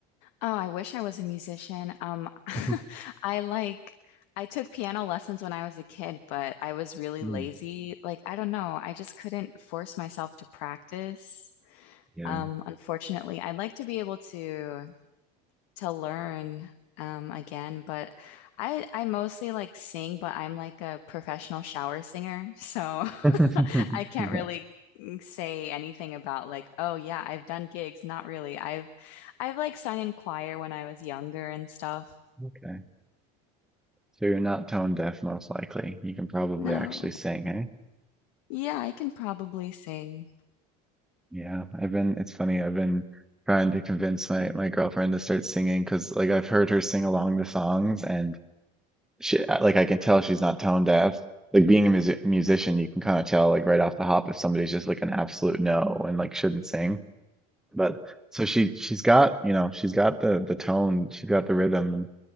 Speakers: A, on the left (about 80°); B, in the centre.
A: Oh, I wish I was a musician. Um,
B: <laughs>
A: <laughs> I like I took piano lessons when I was a kid, but I was really
B: Hmm.
A: lazy. Like, I don't know, I just couldn't force myself to practice.
B: Yeah.
A: Um, unfortunately, I'd like to be able to to learn um again, but I I mostly like sing, but I'm like a professional shower singer, so
B: <laughs>
A: <laughs> I can't really mm, say anything about like, oh yeah, I've done gigs. Not really. I've I've like sung in choir when I was younger and stuff.
B: Okay. So you're not tone deaf, most likely. You can probably
A: No.
B: actually sing, eh?
A: Yeah, I can probably sing.
B: Yeah. I've been, it's funny, I've been trying to convince my my girlfriend to start singing because like I've heard her sing along the songs and she uh, like I can tell she's not tone deaf. Like being a music musician, you can kind of tell like right off the hop if somebody's just like an absolute no and like shouldn't sing. But so she she's got, you know, she's got the the tone, she's got the rhythm